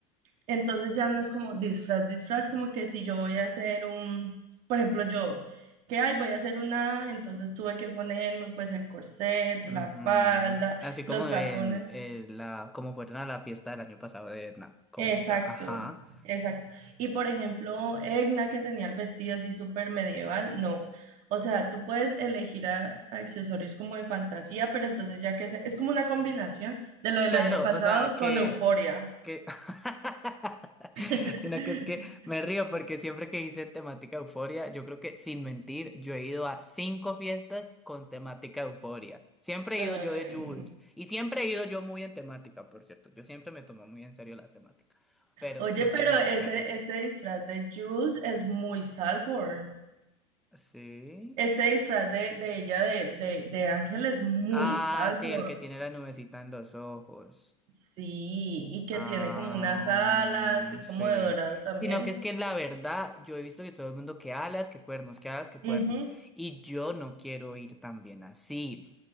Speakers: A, on the right; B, in the centre.
A: Entonces ya no es como disfraz, disfraz, como que si yo voy a hacer un, por ejemplo, yo, que ay, voy a hacer una, entonces tuve que ponerme pues el corset,
B: ujú.
A: la falda,
B: Así como
A: los tacones.
B: en, eh, la, como fueron a la fiesta del año pasado de Na- con
A: Exacto,
B: Ga- Ajá.
A: exacto. Y por ejemplo, Egna que tenía el vestido así súper medieval, no. O sea, tú puedes elegir a- accesorios como de fantasía, pero entonces ya que se- es como una combinación de lo del
B: Claro,
A: año pasado
B: o sea que
A: con Euforia.
B: que <laughs>
A: <laughs>
B: sino que es que me río porque siempre que dicen temática euforia, yo creo que sin mentir, yo he ido a cinco fiestas con temática euforia. Siempre
A: Ay,
B: he ido yo de Jules
A: no.
B: y siempre he ido yo muy en temática, por cierto. Yo siempre me tomo muy en serio la temática, pero
A: Oye,
B: siempre
A: pero
B: me da
A: ese,
B: mucha risa.
A: este disfraz de Jules es muy Salborn.
B: Sí.
A: Este disfraz de, de ella de, de, de Ángel es muy
B: Ah,
A: Salborn.
B: sí, el que tiene la nubecita en los ojos.
A: Sí, y que
B: Ah,
A: tiene como unas alas,
B: mm,
A: que es
B: sí.
A: como de dorado también.
B: Sino que es que la verdad, yo he visto que todo el mundo que alas, que cuernos, que alas, que cuernos.
A: Ujú,
B: Y yo no quiero ir tan bien así.